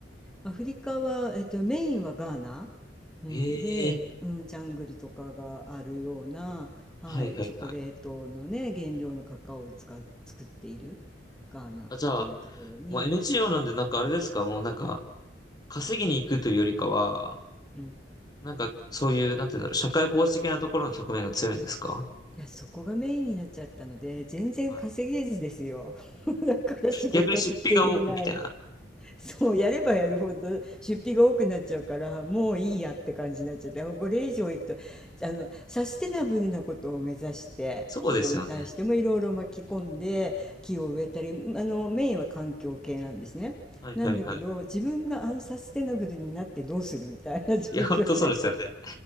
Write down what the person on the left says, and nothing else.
ええ
ーはいはいはい。
あ、じゃあ、もう NGO なんで、なんかあれですか、もうなんか、稼ぎに行くというよりかは、
なんかそういう、なんていうんだろう、社会奉仕的なところの側面が強いんですか
はい。
逆に出費が多くみたいな。
そうですよね。
はいはいはい。
いや、本当そうですよね。